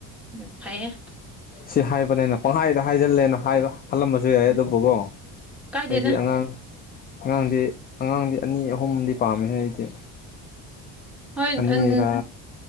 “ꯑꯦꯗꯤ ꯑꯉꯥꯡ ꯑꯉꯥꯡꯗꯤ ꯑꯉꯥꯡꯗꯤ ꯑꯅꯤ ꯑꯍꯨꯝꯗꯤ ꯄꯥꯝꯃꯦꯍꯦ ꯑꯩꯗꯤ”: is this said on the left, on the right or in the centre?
Left